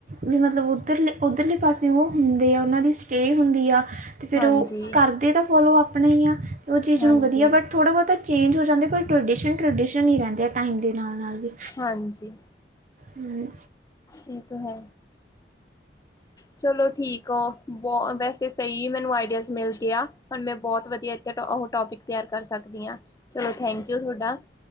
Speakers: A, on the right; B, on the left.
A: ਵੀ ਮਤਲਬ ਮਤਲਬ ਉੱਧਰਲੇ ਉੱਧਰਲੇ ਪਾਸੇ ਉਹ ਹੁੰਦੇ ਆ ਉਹਨਾਂ ਦੀ ਸਟੇਅ ਹੁੰਦੀ ਆ। ਤੇ ਫਿਰ
B: ਹਾਂਜੀ,
A: ਉਹ ਕਰਦੇ ਤਾਂ ਫੋਲੋ ਆਪਣੇ ਹੀ ਆ ਉਹ ਚੀਜ਼
B: ਹਾਂਜੀ,
A: ਨੂੰ ਵਧੀਆ ਬਟ ਥੋੜ੍ਹਾ ਬਹੁਤਾ ਚੇਂਜ ਹੋ ਜਾਂਦੇ ਪਰ ਟਰਡੀਸ਼ਨ ਟਰਡੀਸ਼ਨ ਹੀ ਰਹਿੰਦੇ ਆ ਟਾਈਮ ਦੇ ਨਾਲ ਨਾਲ ਵੀ
B: ਹਾਂਜੀ
A: ਹਮ
B: ਇਹ ਤਾਂ ਹੈ ਚਲੋ ਠੀਕ ਆ ਬਹੁ ਵੈਸੇ ਸਹੀ ਮੈਨੂੰ ਆਈਡੀਆਜ਼ ਮਿਲ ਗ ਆ ਹੁਣ ਮੈਂ ਬਹੁਤ ਵਧੀਆ। ਉਹ ਟੋਪਿਕ ਤਿਆਰ ਕਰ ਸਕਦੀ ਹਾਂ ਚਲੋ ਥੈਂਕ ਯੂ ਤੁਹਾਡਾ